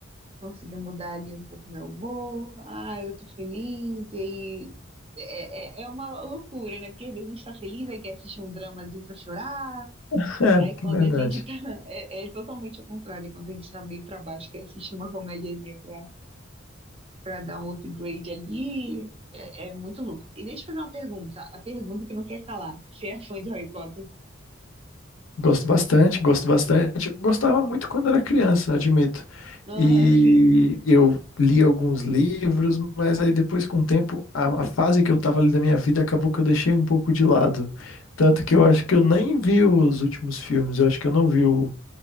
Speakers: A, on the right (about 30°); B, on the left (about 80°).
A: conseguir mudar ali um pouco meu humor. Ah, eu tô feliz, e aí. É, é, é uma loucura, né? Porque às vezes a gente tá feliz, aí quer assistir um dramazinho pra chorar.
B: <laughs> é
A: Aí quando
B: verdade.
A: a gente tá. <laughs> É, é totalmente o contrário, quando a gente tá meio pra baixo, que assiste uma comediazinha pra, pra dar um upgrade ali, é, é muito louco. E deixa eu fazer uma pergunta, a pergunta que não quer calar. Você é fã de Harry Potter?
B: Gosto bastante, gosto bastante. Gostava muito quando era criança, admito.
A: Aham,
B: E
A: sim.
B: eu li alguns livros, mas aí depois, com o tempo, a, a fase que eu tava ali da minha vida acabou que eu deixei um pouco de lado. Tanto que eu acho que eu nem vi os últimos filmes. Eu acho que eu não vi o.